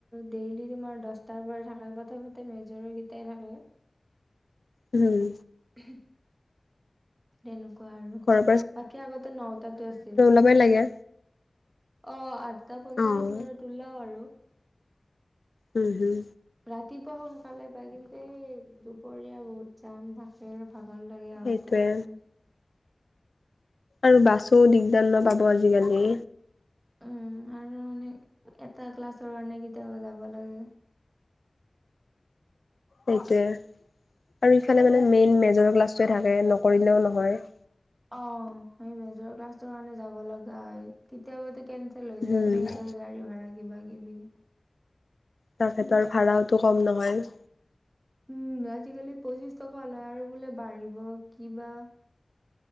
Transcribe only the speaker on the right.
ডেইলি তোমাৰ দশটাৰ পৰা থাকে প্ৰথমতে মেজৰ কেইটাই থাকে।
<unintelligible> তেনেকুৱা আৰু
বাকী আগতে নটাতো আছিল।
অ আঠটা
পঞ্চল্লিশ মানত ওলাও আৰু।
ৰাতিপুৱা সোনকালে পায় কিন্তু এই দুপৰীয়া বহুত জাম থাকে। ভাগৰ লাগে আহোঁতে-আহোঁতে।
উম আৰু মানে এটা ক্লাছৰ কাৰণে কেতিয়াবা যাব লাগে।
অ' সেই মেজৰ ক্লাছৰ কাৰণে যাব লগা হয়। কেতিয়াবাটো কে লৈ যায়
এনে যায় গাড়ী ভাড়া কিবা-কিবি।
উম, আজিকালি পঁচিশ টকা লয় আৰু বোলে বাঢ়িব কিবা